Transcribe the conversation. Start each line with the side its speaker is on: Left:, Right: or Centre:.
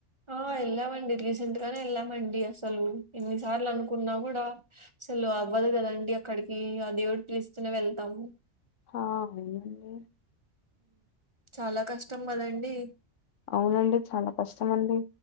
Right: ఆ ఎళ్ళామండి రీసెంట్గానే ఎళ్ళాం. మండి అసలు ఎన్నిసార్ల్ అనుకున్నా గుడా అసలు అవ్వదు కదండి అక్కడికి ఆ దే దేవుడు పిల్లుస్తేనే వెళ్తాము.
Left: హా అవునండి.
Right: చాలా కష్టం కదండి.
Left: అవునండి చాలా కష్టమండి.